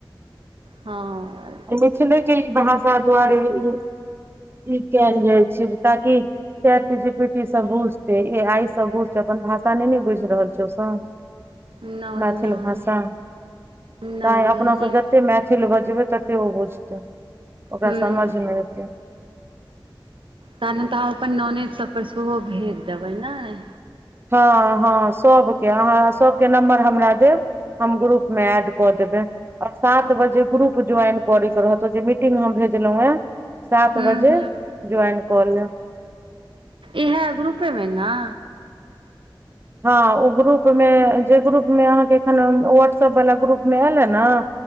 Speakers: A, on the right; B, on the right.
A: हँ आइ
B: मिथिलेके ई भाषा दुआारे ई कैयल जाइ छैय ताकि चैट जीपीटी सब बुझतए ऐ आई सब बुझतए अपन भाषा नई न बुईझ रहल छय उसब
A: नहि
B: <unintelligible> <inaudible> मैथिल
A: नहि
B: भाषा
A: नहि
B: तैय अपनासभ
A: ई
B: जतेक मैथिल बजबै ततेक तते ओ बुझतै ओकरा
A: ह्म
B: समझ मे एतै
A: तहन हम अपन ननइद सब पर सेहो भेज देबै नय
B: हँ हँ सबके अहाँ सबके नम्बर हमरा देब हम ग्रुप मे एड कऽ देबैय आओर सात बजे ग्रुप ज्वाइन करके रहतो जे मीटिंग हम भेजलहुँ हें सात
A: ह्म
B: बजे
A: ह्म
B: जॉइन कऽ लेब
A: इहै ग्रुपेमे नऽ
B: हँ ओ ग्रुप मे जे ग्रुप मे अहाँके एखन व्हाट्सएप वाला ग्रुप मे एयलह न